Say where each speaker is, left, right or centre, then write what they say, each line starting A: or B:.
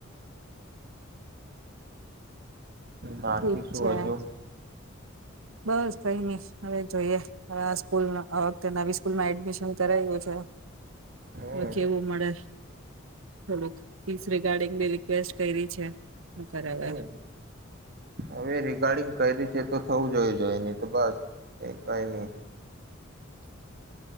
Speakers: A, on the right; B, on the right.
A: બાકી
B: ઠીક
A: શું
B: છે.
A: હજુ
B: બસ કંઈ નઈ, હવે જોઈએ, હવે આ સ્કૂલ આ વખતે નવી સ્કૂલમાં એડમિશન કરાયવું છે.
A: હમ
B: હવે કેવું મળે થોડુંક ફીસ રિગાર્ડિંગ બી રિક્વેસ્ટ કયરી છે. શું કરે હવે
A: હમ હવે એ રિગાર્ડિંગ કયરી છે તો થવું જોઈએ જોએ નહી તો બસ એ કઈ ની.